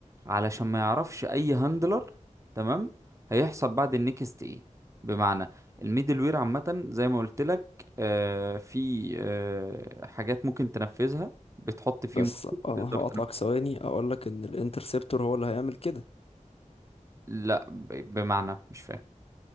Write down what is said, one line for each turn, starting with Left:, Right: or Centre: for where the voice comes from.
Right: علشان ما يعرفش اي هاندلر تمام هيحصل بعد النكست ايه بمعنى الميدل وير عامة زي ما قلت لك آه، في آه، حاجات ممكن تنفذها بتحط فيه
Left: بس
Right: ممكن
Left: أنا
Right: تقدر
Left: هقطعك
Right: تنفذها
Left: ثواني أقولك إن الانترسبتور هو اللي هيعمل كده
Right: لا ب- بمعنى مش فاهم